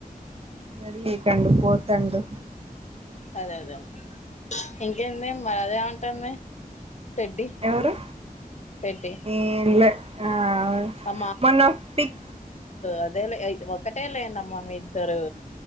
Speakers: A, on the right; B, on the left.
A: నడిటడు పోతడు
B: అదే అదే అ ఇంకేంది మరి అద ఏమంటుంది పెడ్డి
A: ఎవరు
B: పెడ్డి
A: ఏంలే ఆ
B: ఆ మా
A: మొన్న పిక్
B: అదేలే ఒకటే లే అమ్మ మీ ఇద్దరు